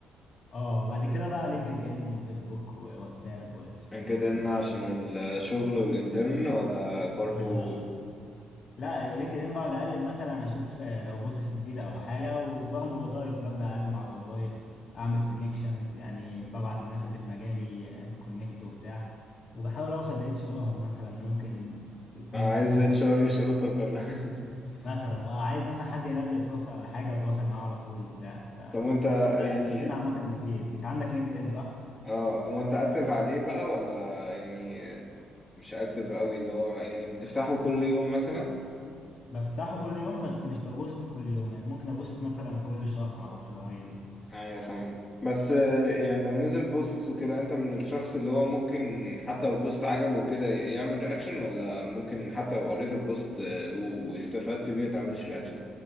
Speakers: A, on the left (about 45°); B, on the left (about 15°).
A: اه بعد كده بقى لينكد ان وفيسبوك وواتساب والحاجات
B: من كده
A: دي كلها
B: ان عشان الشغل والانترن ولا برضو
A: <laughs> آه. لا لينكد ان بقعد اقلب مثلا اشوف آه، لو بوستس مفيده او حاجه وبرضه وظايف ببدا اقدم على وظايف اعمل كونكشنز يعني ببعت للناس اللي في مجالي كونكت وبتاع وبحاول اوصل لاتش ارز مثلا ممكن يكون
B: عايز
A: حد
B: اتشار
A: <laughs>
B: يشقطك ولا <laughs>
A: مثلا اه عايز مثلا حد ينزل فرصه ولا حاجه وتواصل معاه على طول وبتاع ف
B: طب وانت يعني
A: لينكد ان عامه مفيد انت عندك لينكد ان صح؟
B: اه وانت اكتف عليه بقى ولا يعني مش اكتف قوي اللي هو يعني بتفتحه كل يوم مثلا
A: بفتحه كل يوم بس مش ببوست كل يوم يعني ممكن ابوست مثلا كل شهر او شهرين
B: ايوه فاهمك بس آه، يعني لو نزل بوستس وكده انت من الشخص اللي هو ممكن حتى لو بوست عجبه وكده يعمل رياكشن ولا ممكن حتى لو قريت البوست آه، و- واستفدت بيه ما تعملش رياكشن